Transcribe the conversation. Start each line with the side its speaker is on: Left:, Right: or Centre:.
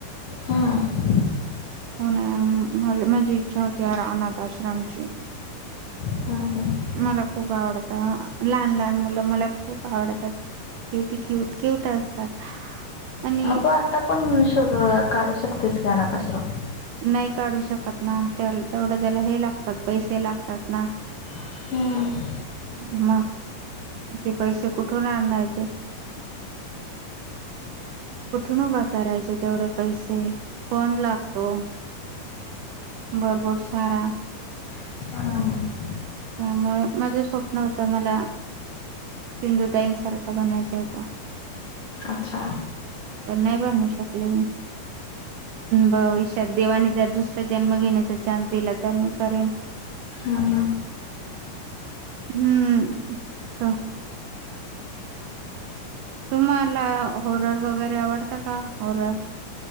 Left: हम्म
Right: हो ना मला म्हंजी इच्छा होती यार अनाथ आश्रमची.
Left: <unintelligible>
Right: मला खूप आवडतं हं लहान लहान मुलं मला खूप आवडतात, किती क्युट क्युट असतात. आणि
Left: मग तू आता पण शोधू काढू शकतेस कि अनाथआश्रम.
Right: नाही काढू शकत ना. तेल तेवढं त्याला हे लागतात, पैसे लागतात ना.
Left: <unintelligible>
Right: मग, ते पैसे कुठून आणायचे? कुठून उभा करायचे तेवढे पैसे? फंड लागतो. भरपूर सारा
Left: <unintelligible>
Right: त्यामुळे माझं स्वप्न होतं, मला सिंधुताईंसारखं बनायचं होतं.
Left: अच्छा
Right: पण नाही बनू शकले मी. भविष्यात देवाने जर दुसरा जन्म घेण्याचा चान्स दिला, तर मग करेल.
Left: हुं हुम
Right: हम्म च तुम्हाला होरर वगैरे आवडतं का, होरर?